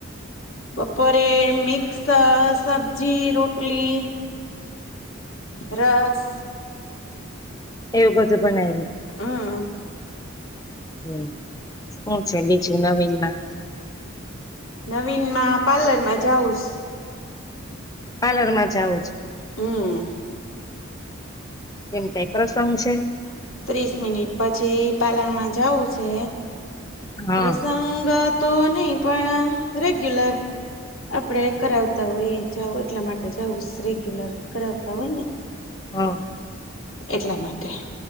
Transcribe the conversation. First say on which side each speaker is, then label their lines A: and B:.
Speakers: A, on the left; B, on the left.
A: બપોરે મિક્સ સ સબજી, રોટલી, રસ-
B: એવું બધું બનાયવુ.
A: હમ
B: હમ્મ. હુ છે બીજું નવીનમાં?
A: નવીનમાં પાર્લર માં જાઉસ.
B: પાર્લર માં જા‌વું છું.
A: હમ
B: એમ કઈ પ્રસંગ છે?
A: ત્રીસ મિનિટ પછી પાર્લરમાં જાવું છે.
B: હા
A: પ્રસંગત તો નહી પણ રેગ્યુલર આપડે કરાવતાં હોય એ, જાવું એટલા માટે જાવુંશ રેગ્યુલર કરાવતા હોય ને
B: હા.
A: એટલા માટે.